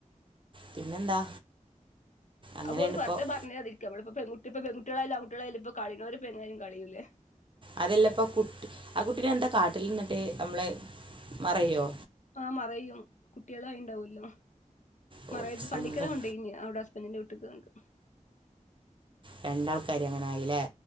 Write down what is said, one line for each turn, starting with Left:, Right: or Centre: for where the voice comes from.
Right: പിന്നെന്താ അങ്ങനെയാണ്
Left: അപ്പോല് ബർതെ
Right: ഇപ്പോൾ
Left: പറഞ്ഞെതിരിക്ക്യാ മ്മളിപ്പ പെൺകുട്ടിപ്പ പെൺകുട്ടികളായാലും അൺകുട്ടികളായാലും ഇപ്പ കളേണോലിപ്പ എങ്ങനേയ്ലും കളെയൂല്ലേ
Right: അതല്ലപ്പൊ കുട്ടി ആഹ് കുട്ടീനെ എന്താ കാട്ടല്ന്ന്ട്ട് നമ്മളെ മറയ്യോ
Left: ആഹ് മറയ്യും കുട്ട്യേളായിണ്ടാവൂല്ലോ
Right: ഓ
Left: മറയ്ത്ത്
Right: സംഘം
Left: പള്ളിക്കല് കൊണ്ടയ്ഞ്ഞ് അവിടെ സ് പെണ്ണിന്റെ വീട്ട്ക്ക് കണ്ട്
Right: രണ്ടാൾക്കാര് അങ്ങനായ്ല്ലേ